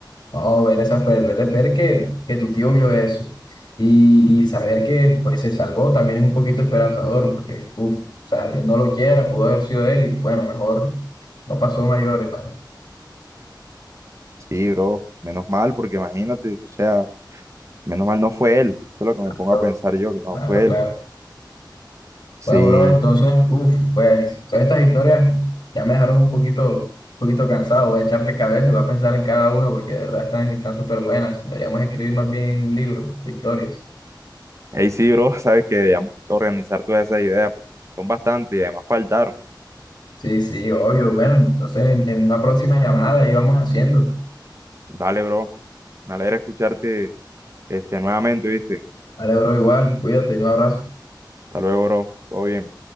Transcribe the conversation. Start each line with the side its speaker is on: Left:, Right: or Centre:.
Left: No, ver esas, ver, ver- ver que, que tu tío vio eso y, y saber que pues se salvó también es un poquito esperanzador porque, uff, o sea, Dios no lo quiera, pudo haber sido él y bueno, mejor no pasó mayores, ¿vale?
Right: Sí, bro, menos mal, porque imagínate, o sea, menos mal no fue él. Eso es lo que me pongo
Left: Claro,
Right: a pensar yo, que no
Left: claro,
Right: fue
Left: claro.
Right: él. Sí,
Left: Bueno, bro, entonces, uff, pues todas estas historias ya me dejaron un poquito, un poquito cansado, voy a echarle cabeza y voy a pensar en cada uno porque de verdad están, están súper buenas. Deberíamos escribir más bien un libro de historias.
Right: ahí sí, bro, <laughs> sabes que debíamos organizar todas esas ideas, porque son bastantes y además faltaron.
Left: Sí, sí, obvio. Bueno, entonces en, en una próxima llamada ahí vamos haciendo.
Right: Dale, bro, me alegra escucharte este, nuevamente, ¿viste?
Left: Vale, bro, igual, cuídate, un abrazo.
Right: Hasta luego, bro, todo bien.